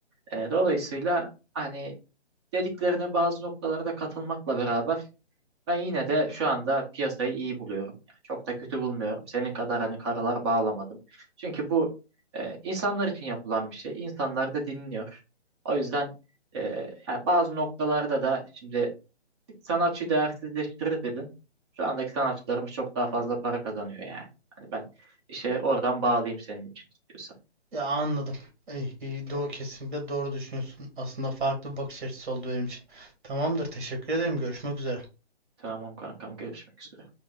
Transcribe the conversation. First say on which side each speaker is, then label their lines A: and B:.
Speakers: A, on the right; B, on the right.
A: E, dolayısıyla Hani dediklerine bazı noktalarda katılmakla beraber ben yine de şu anda piyasayı iyi buluyorum. Yani çok da kötü bulmuyorum. Senin kadar hani karalar bağlamadım. Çünkü bu e, insanlar için yapılan bir şey. İnsanlar da dinliyor. O yüzden e, yani bazı noktalarda da şimdi sanatçı değersizleştirir dedin. Şu andaki sanatçılarımız çok daha fazla para kazanıyor yani. Hani ben işe oradan bağlayayım senin için istiyorsan.
B: Ya anladım. İyi, iyi, doğru, kesinlikle doğru düşünüyorsun. Aslında farklı bir bakış açısı oldu benim için. Tamamdır, teşekkür ederim. Görüşmek üzere.
A: Tamam kankam görüşmek üzere.